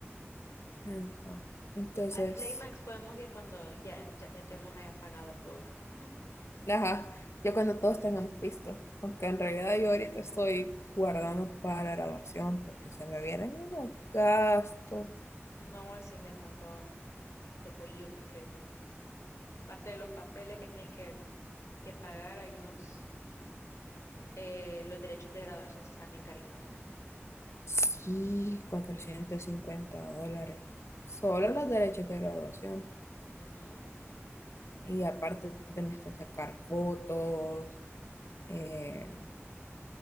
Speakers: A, on the left (about 70°); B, on the left (about 85°).
A: Ajá. Entonces,
B: al Playmax podemos ir cuando ya, ya, ya nos hayan pagado a todos.
A: ajá, ya cuando todos tengamos visto, aunque en realidad yo ahorita estoy guardando para la graduación porque se me vienen unos gastos.
B: No, así me contó Topollillo, porque aparte de los papeles que tienen que, que pagar, hay unos. eh, los derechos de graduación sí están bien cariñosos.
A: Sí, 450 dólares. Solo los derechos de graduación.
B: Ujú.
A: Y aparte tenés que sacar fotos, eh,